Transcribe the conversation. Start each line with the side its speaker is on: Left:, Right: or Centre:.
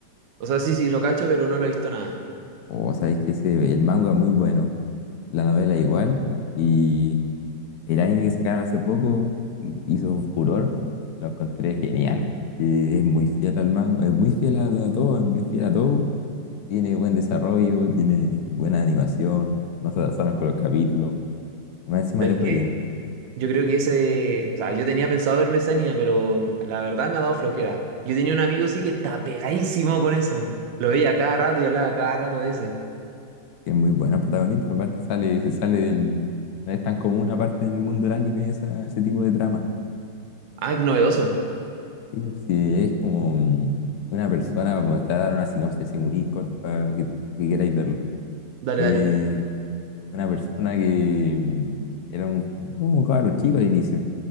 Right: O sea, sí, sí, lo cacho, pero no lo he visto nada.
Left: O sabéis que ese, el manga es muy bueno, la novela igual, y el anime que sacaron hace poco y- hizo furor, lo encontré genial, porque es muy fiel al manga, es muy fiel a, a todo, es fiel a todo Tiene buen desarrollo, tiene buena animación, no se atrasaron con los capítulos. y Más encima
Right: ¿Sabes
Left: le fue
Right: qué?
Left: bien.
Right: Yo creo que ese, o sea, yo tenía pensado verme ese anime, pero la verdad me ha dado flojera. Yo tenía un amigo sí que estaba pegadísimo con eso. Lo veía cada rato y hablaba cada rato de ese.
Left: Que es muy buena el protagonista, aparte sale, se sale del... No es tan común aparte en el mundo del anime esa- ese tipo de trama.
Right: Ah, qué novedoso.
Left: Sí, pues sí, es como mm, una persona, como te voy a dar una sinopsis así muy corta para que, que queráis verlo.
Right: Dale,
Left: Eh,
Right: dale.
Left: una persona que mm, era un, como un cabro chico al inicio